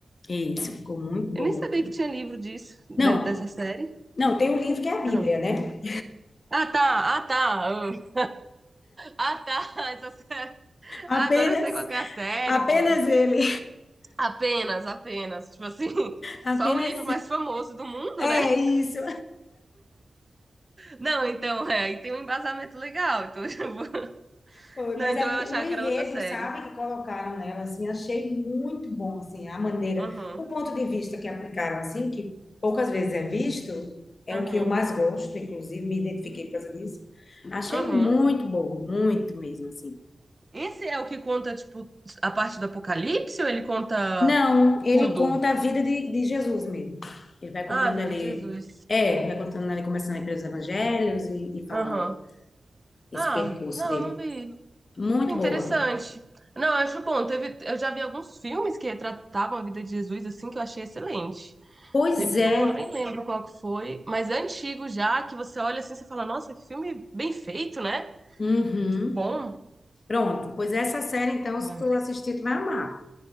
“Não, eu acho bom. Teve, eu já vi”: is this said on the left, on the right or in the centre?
Right